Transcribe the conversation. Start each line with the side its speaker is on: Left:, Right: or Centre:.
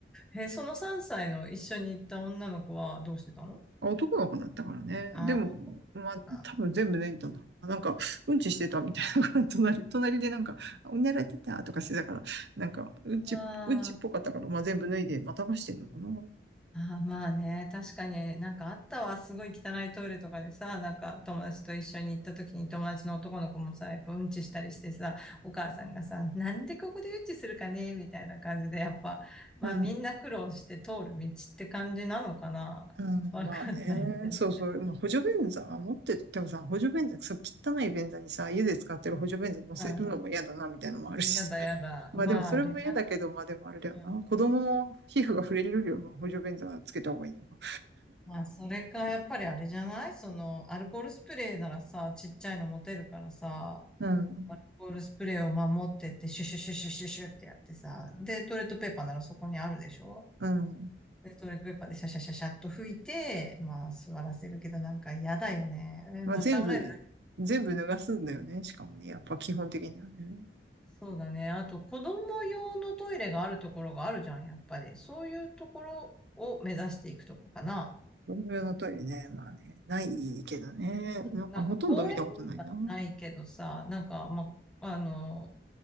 Centre: え、その3歳の一緒に行った女の子はどうしてたの
Right: 男の子だったからね。
Centre: あ
Right: でも、まあ、
Centre: ー
Right: 多分全部脱いだんだろうな。なんか、うんちしてたみたいなから、隣、隣でなんか、おなら出たとかしてたから、なんか、うんち、
Centre: あ
Right: うんちっぽかったから、まあ全部脱いで、またがしてんのかな。
Centre: ああ、まあね、確かになんかあったわ、すごい汚いトイレとかでさ、なんか友達と一緒に行った時に友達の男の子もさ、やっぱうんちしたりしてさ、お母さんがさ、なんでここでうんちするかねみたいな感じで、やっぱ、まあみんな苦労して通る道って感じなのかなわかんないけど。
Right: うん。うん、まあね。そうそう。まあ、補助便座持っててもさ、補助便座、さ、汚い便座にさ、家で使ってる補助便座乗せるのも嫌だな、
Centre: う
Right: みたいなのもあるしさ。
Centre: ん。やだやだ。
Right: まあでもそれも嫌だけど、
Centre: まああれじゃない、
Right: まあでもあれだよな。
Centre: うん
Right: 子供の皮膚が触れるよりは、まあ補助便座つけた方がいいのか。
Centre: まあそれか、やっぱりあれじゃないその、アルコールスプレーならさ、ちっちゃいの持てるからさ、
Right: うん。
Centre: アルコールスプレーを守ってって、シュシュシュシュシュシュってやってさ、で、トイレットペーパーならそこにあるでしょ
Right: うん。
Centre: で、トイレットペーパーでシャシャシャシャっと拭いて、まあ、座らせるけど、なんか嫌だよね。えまあ、
Right: まあ、全部、
Centre: 考えるだけ。
Right: 全部脱がすんだよね。しかもね、やっぱ基本的にはね。
Centre: そうだね。あと、子供用のトイレがあるところがあるじゃん、やっぱり。そういうところを目指していくとこかな。
Right: 同僚のトイレね、まあね、ないけどね。なんかほとんど見たことないな。
Centre: なんか、公園にはないけどさ、なんか、まあ、あの、